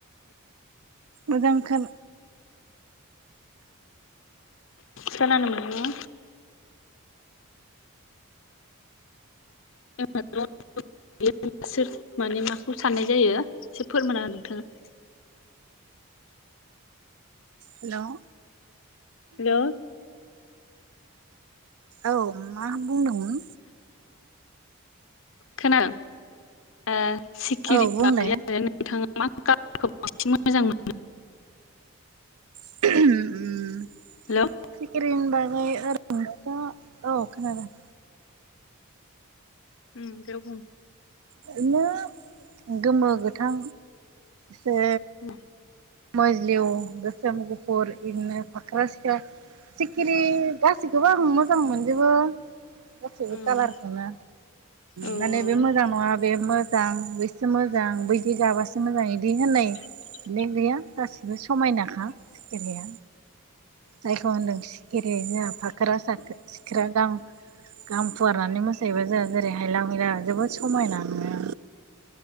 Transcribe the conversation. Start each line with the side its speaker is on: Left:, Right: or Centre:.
Right: मोजां खो
Left: खोनानो मोननिया <unintelligible> सोर माने माखौ साननाय जायो एसे फोरमाना नोंथाङा
Right: हेल'
Left: हेल'
Right: औ मा बुंदोंमोन।
Left: खोनादों ओ सिखिरि
Right: औ बुंलाय
Left: माबया आरो नों थाङा मा कालारखौ बांसिन मोजां मोनो।
Right: उम
Left: हेल'
Right: सिखिरिनि बागै ओरैनोथ' औ खोनादों।
Left: अम दे बुं
Right: ओरैनो गोमो, गोथां से
Left: उम
Right: मोजलिव, गोसोम, गुफुर इदिनो फाक्रा-सिख्रा सिखिरि गासैखौबो आं मोजां मोनजोबो। गासैबो
Left: हेल'
Right: कालारखौनो
Left: औ ओरैनोथ'
Right: माने बे मोजां नङा बे मोजां बैसो मोजां बैदि गाबासो मोजां बिदि होननाय माने
Left: <inaudible>
Right: गैया गासिबो समायनाखा सिखिरिहा जायखौ होनदों सिखिरि जोंहा फाखोरा सिख्रा गां गां फुवारनानै मोसायोबा जोंहा जेरै हायला हैला जोबोद समायना नुयो।